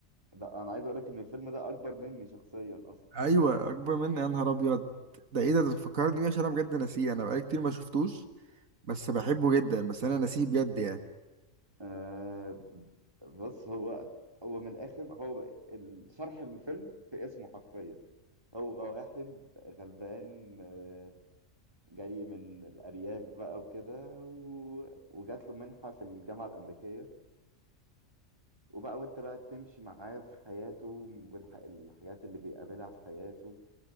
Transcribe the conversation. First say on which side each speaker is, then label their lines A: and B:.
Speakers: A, on the right; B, on the right.
A: ده انا عايز اقول لك ان الفيلم ده اكبر مني شخصيا اصلا
B: ايوه
A: <laughs>
B: اكبر مني يا نهار ابيض ده ايه ده ده فكرني بيه عشان انا بجد ناسيه انا بقالي كتير ما شفتوش بس بحبه جدا بس انا ناسيه بجد يعني
A: آه بص هو هو من الاخر هو ال- شرح الفيلم في اسمه حرفيا هو واحد غلبان آه، جاي من الأرياف بقى وكده و... وجات له منحة في الجامعة الأمريكية وبقى وأنت بقى تمشي معاه في حياته والحاجات اللي بيقابلها في حياته